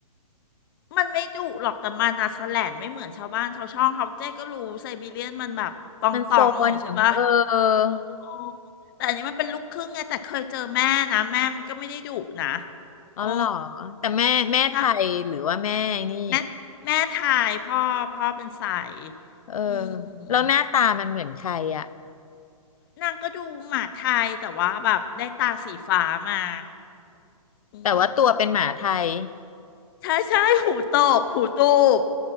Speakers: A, on the left (about 40°); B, on the left (about 75°).
A: มันไม่ดุหรอกแต่มันอะแสแลนไม่เหมือนชาวบ้านชาวช่องเขาเจ๊ก็รู้ไซบีเรียนมันแบบตองตองหน่อยใช่ปะ
B: มันโซนเออ
A: โอ้แต่อันนี้มันเป็นลูกครึ่งไงแต่เคยเจอแม่นะแม่มันก็ไม่ได้ดุนะ
B: อ๋อหรอ
A: โอ้
B: แต่แม่แม่ไทยหรือว่าแม่นี่
A: ถ้าแม่แม่ไทยพ่อพ่อเป็นสาย
B: เออ
A: อืม
B: แล้วหน้าตามันเหมือนใครอะ
A: นางก็ดูหมาไทยแต่ว่าแบบได้ตาสีฟ้ามา อื
B: แต่ว่าตัวเป็นหมาไทย
A: มใช่ใช่หูตกหูตูบ